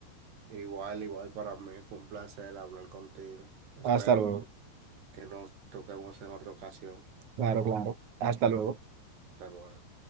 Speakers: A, on the right (about 65°); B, on the right (about 45°).
A: Igual, igual para mí fue un placer hablar contigo. Espero
B: Hasta luego.
A: que nos toquemos en otra ocasión.
B: Claro, claro. Hasta luego.
A: Hasta luego.